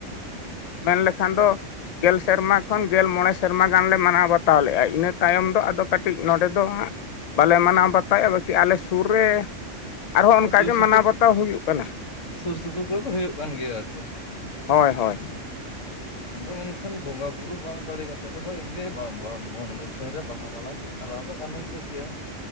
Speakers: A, on the left (about 65°); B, on the left (about 80°).
A: ᱢᱮᱱ ᱞᱮᱠᱷᱟᱱ ᱫᱚ ᱼᱼ ᱜᱮᱞ ᱥᱮᱨᱢᱟ ᱠᱷᱚᱱ ᱜᱮᱞ ᱢᱚᱬᱮ ᱥᱮᱨᱢᱟ ᱜᱟᱱᱞᱮ ᱢᱟᱱᱟᱣ ᱵᱟᱛᱟᱣ ᱞᱮᱫᱜᱼᱟ ᱤᱱᱟᱹ ᱛᱟᱭᱚᱢ ᱫᱚ ᱟᱫᱚ ᱠᱟᱹᱴᱤᱡᱼᱼ ᱠᱟᱹᱴᱤᱡ ᱱᱚᱰᱮ ᱫᱚ ᱦᱟᱸᱜ ᱵᱟᱞᱮ ᱢᱟᱱᱟᱣ ᱵᱟᱛᱟᱣᱼᱟ ᱵᱟᱹᱠᱤ ᱟᱞᱮ ᱥᱩᱨ ᱨᱮᱼᱼ ᱟᱨᱦᱚᱸ ᱚᱱᱠᱟ
B: ᱥᱩᱨ
A: ᱜᱮ
B: ᱥᱩᱯᱩᱨ
A: ᱢᱟᱱᱟᱣ ᱵᱟᱛᱟᱣ ᱦᱩᱭᱩᱜ ᱠᱟᱱᱟ᱾
B: ᱥᱩᱨ ᱥᱩᱯᱩᱨ ᱠᱚᱨᱮ ᱫᱚ ᱦᱩᱭᱩᱜ ᱠᱟᱱ ᱜᱮᱭᱟ ᱟᱨᱠᱤ
A: ᱦᱳᱭ ᱦᱳᱭ᱾
B: ᱟᱫᱚ ᱢᱮᱱᱠᱷᱟᱱ ᱵᱚᱸᱜᱟ ᱵᱩᱨᱩ ᱵᱟᱝ ᱫᱟᱲᱮ ᱠᱟᱛᱮᱫ ᱨᱮᱦᱚᱸ ᱮᱢᱱᱤ ᱢᱩᱴᱷᱟᱹᱱ ᱨᱮ ᱵᱟᱦᱟ ᱢᱟᱞᱟᱼᱼ ᱟᱨᱟᱣ ᱫᱚ ᱜᱟᱱᱚᱝ ᱠᱚᱜ ᱜᱮᱭᱟ᱾